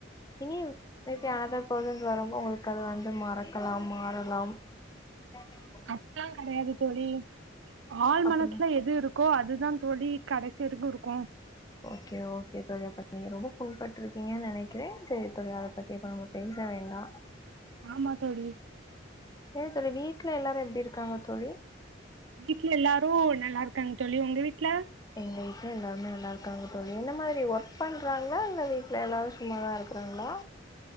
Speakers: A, on the left; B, on the right.
A: இனி இப்ப யாராவது பெர்சன்ஸ் வரும்போது உங்களுக்கு அது வந்து மறக்கலாம் மாறலாம் ஆ சரி
B: அப்டிலாம் கிடையாது தோழி ஆழ்
A: அப்பன்னா
B: மனசுல எது இருக் கோ அதுதான் தோழி கடைசி வரைக்கும் இருக்கும்
A: ஓகே ஓகே தோழி அப்ப நீங்க ரொம்ப புண்பட்டுருக்கீங்கன்னு நினைக்கிறேன் சரி தோழி அதை பற்றி இப்போ நம்ம பேச வேண்டாம் <unintelligible> <inaudible>
B: ஆமா தோழி
A: ஏன் தோழி வீட்ல எல்லாரும் எப்டி இருக்காங்க தோழி
B: வீட்ல எல்லாரும் நல்லா இருக்காங்க தோழி உங்க வீட்ல
A: எங்க வீட்ல எல்லாருமே நல்லா இருக்காங்க தோழி எந்த மாதிரி ஒர்க் பண்றாங்களா இல்ல வீட்ல எல்லாரும் சும்மாதான் இருக் காங்களா